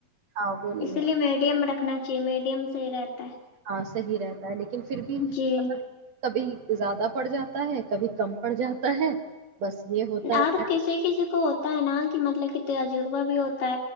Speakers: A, on the right (about 55°); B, on the left (about 60°).
A: ہاں وہ نہیں
B: اسی
A: ہوتا
B: لیے میڈیم رکھنا جی میڈیم صحیح رہتا
A: ہاں صحیح رہتا ہے لیکن پھر
B: ہے
A: بھی مطلب
B: جی
A: کبھی زیادہ پڑ جاتا ہے کبھی کم پڑ جاتا ہے بس یہ ہوتا
B: اور
A: ہے
B: کسی کسی کو ہوتا ہے نا کہ مطلب ت عجربا بھی ہو تا